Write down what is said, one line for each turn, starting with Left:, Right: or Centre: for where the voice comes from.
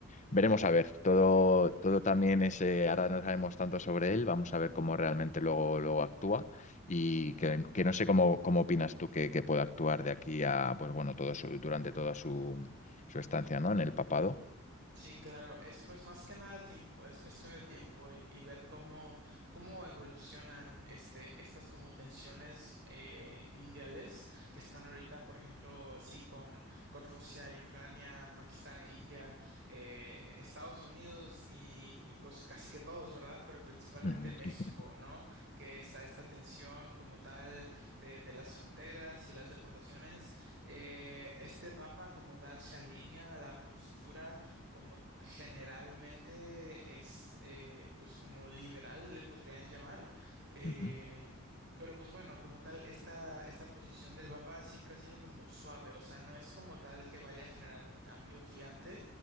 Left: Veremos a ver, todo, todo también es, eh, ahora no sabemos tanto sobre él, vamos a ver cómo realmente luego, luego actúa y que, que no sé cómo, cómo opinas tú que, que pueda actuar de aquí a, pues bueno, todo su, durante toda su, su estancia, ¿no? En el papado.
Right: Sí, claro, es pues más que nada tiempo, es cuestión de tiempo y, y ver cómo, cómo evolucionan este, estas como tensiones eh, mundiales que están ahorita, por ejemplo, sí, con, con Rusia y Ucrania, Pakistán e India, eh, Estados Unidos y, y pues casi que todos, ¿verdad? Pero principalmente
Left: Ujú,
Right: México, ¿no? Que está esta tensión como tal de, de las fronteras y las deportaciones. Eh, este papa como tal se alinea a la postura como generalmente es, eh, pues como liberal le podrían llamar. eh,
Left: ujú,
Right: pero pues bueno, como tal, esta, esta posición del Papa siempre ha sido como suave, o sea, no es como tal que vaya a generar un cambio gigante,